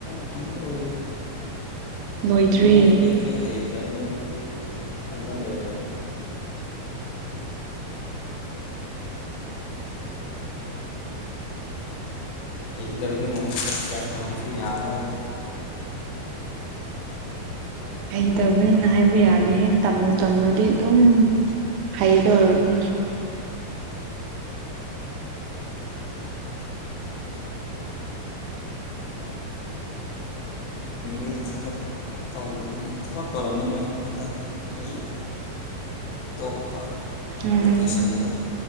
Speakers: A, on the left; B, on the right.
A: ꯇꯝꯕ ꯂꯣꯏꯔꯦꯗ
B: ꯂꯣꯏꯗ꯭ꯔꯤ
A: ꯇꯝꯅꯤꯡꯉꯥꯏꯁꯨ ꯂꯩꯇ꯭ꯔꯦ ꯍꯩꯇꯕꯅꯤꯅ ꯇꯝꯕ ꯂꯣꯏꯔꯦ ꯍꯩꯇꯕꯅꯤꯅ ꯀꯥꯌꯥ ꯇꯝꯃꯁꯨ ꯌꯥꯔꯔꯣꯏꯕ
B: ꯍꯩꯇꯕꯅꯤꯅ ꯍꯥꯏꯕ ꯌꯥꯗꯦꯍꯦ ꯇꯝꯕꯨ ꯇꯝꯃꯗꯤ ꯑꯗꯨꯝ ꯍꯩꯗꯣꯔꯝꯅꯤ
A: ꯑꯩ ꯊꯕꯛ ꯇꯧꯒꯦꯅ ꯊꯕꯛ ꯇꯧꯔꯝꯕꯅꯦ ꯍꯟꯗꯛ ꯑꯩ ꯇꯣꯛꯄ
B: ꯎꯝ
A: ꯂꯣꯀꯦꯁꯟꯗꯨ